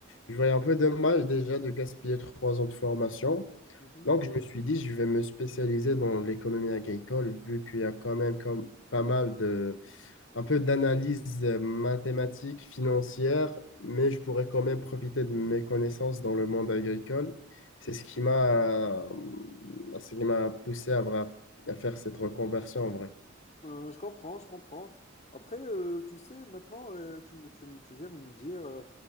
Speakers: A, on the left; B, on the left.
A: je voyais un peu dommage déjà de gaspiller trois ans de formation.
B: mhm.
A: Donc, je me suis dit, je vais me spécialiser dans l'économie agricole, vu qu'il y a quand même comme pas mal de, un peu d'analyse euh, mathématique, financière, mais je pourrais quand même profiter de mes connaissances dans le monde agricole. C'est ce qui m'a, euh, ce qui m'a poussé à, vra- à faire cette reconversion en vrai.
B: Euh, je comprends, je comprends. Après, euh, tu sais, maintenant, euh, tu, me- tu, me- tu viens de me dire euh,